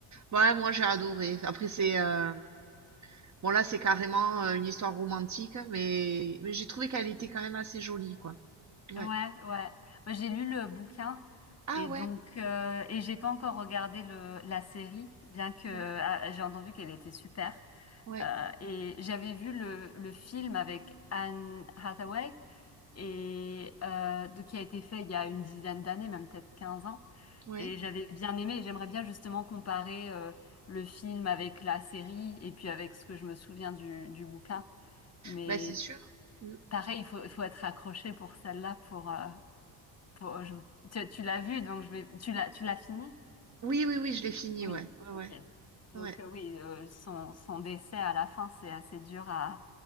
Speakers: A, on the right (about 35°); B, on the left (about 30°).
A: Ouais, moi j'ai adoré. Après, c'est... euh, Bon, là, c'est carrément euh, une histoire romantique, mais, mais j'ai trouvé qu'elle était quand même assez jolie, quoi. Ouais.
B: Ouais, ouais. Moi, j'ai lu le bouquin
A: Ah
B: et donc
A: ouais,
B: euh, et j'ai pas encore regardé le la série, bien que
A: ouais,
B: ah, j'ai entendu qu'elle était super.
A: ouais,
B: Euh, et j'avais vu le le film avec Anne Hathaway et euh, de- qui a été fait il y a une dizaine d'années, même peut-être 15 ans.
A: ouais.
B: Et j'avais bien aimé. et J'aimerais bien justement comparer euh, le film avec la série et puis avec ce que je me souviens du du bouquin. Mais
A: Bah, c'est sûr. Mm.
B: pareil, il faut il faut être accroché pour celle-là pour euh, Bon, je- tu, tu l'as vu, donc je vais. Tu l'as, tu l'as fini?
A: Oui, oui, oui, je l'ai fini,
B: Oui,
A: ouais. Ouais,
B: ok.
A: ouais,
B: Donc
A: ouais.
B: euh, oui, euh, son, son décès à la fin, c'est assez dur à,